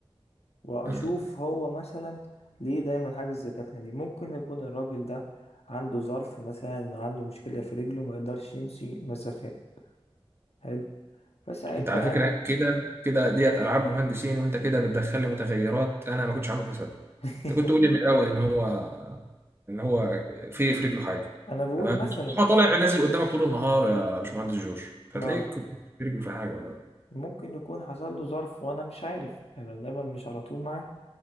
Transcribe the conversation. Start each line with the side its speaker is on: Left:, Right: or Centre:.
Left: واشوف
Right: مم.
Left: هو مثلا ليه دايما حاجز زي الركنه دي ممكن يكون الراجل ده عنده ظرف مثلا انه عنده مشكله في رجله ما يقدرش يمشي مسافات حلو فساعتها
Right: انت على فكرة كده كده ديت ألعاب مهندسين وانت كده بتدخل لي متغيرات انا ما كنتش عامل حسابها
Left: <laughs>
Right: انت كنت تقولي من الاول ان هو ان هو في في رجله حاجه
Left: انا بقول
Right: تمام
Left: مثلا
Right: هو طالع نازل قدامك طول النهار يا باشمهندس جورج فتلاقيك
Left: ما
Right: كنت في رجله في حاجه ولا لا
Left: ممكن يكون حصل له ظرف وانا مش عارف انا دايما مش على طول معاه